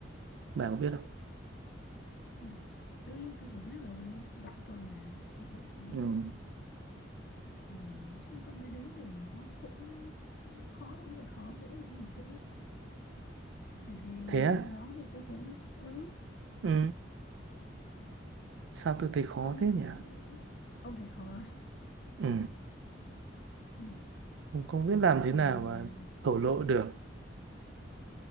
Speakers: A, on the right; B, on the left.
A: Bà có biết không?
B: ừ. đương nhiên tôi phải biết rồi bạn tôi mà sao tôi không
A: Ừ.
B: biết thì nói chung con bé đấy thì nó cũng, cũng khó đâu phải khó dễ thì cũng phải dễ bởi vì
A: Thế á?
B: nó thì tôi thấy ừ
A: Ừ. Sao tôi thấy khó
B: ông
A: thế nhỉ?
B: thư- ông thì khó à?
A: Ừ.
B: ừ.
A: Không, không biết làm
B: thì
A: thế nào
B: vì
A: mà
B: à,
A: thổ lộ được.